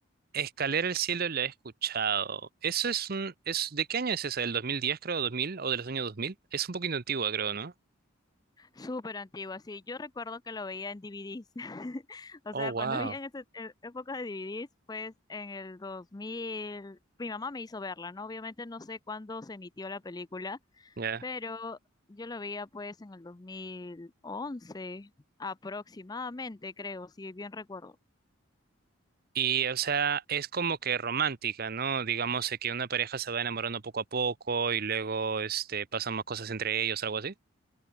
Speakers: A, on the right; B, on the left.
A: Escalera al Cielo la he escuchado. Eso es un... Es, ¿de qué año es esa? ¿Del 2010 creo? dos mil ¿O de los años dos mil. Es un poquito antigua, creo, ¿no?
B: Súper antigua, sí. Yo recuerdo que lo veía en DVDs. <laughs> O
A: Oh,
B: sea,
A: wow.
B: cuando había en esa e- época de DVDs, pues en el 2000 mi mamá me hizo verla, ¿no? Obviamente no sé cuándo se emitió la película
A: Ya.
B: pero yo lo veía pues en el 2011 aproximadamente, creo, si bien recuerdo.
A: Y, o sea, es como que romántica, ¿no? Digamos eh, que una pareja se va enamorando poco a poco y luego, este, pasan más cosas entre ellos, algo así.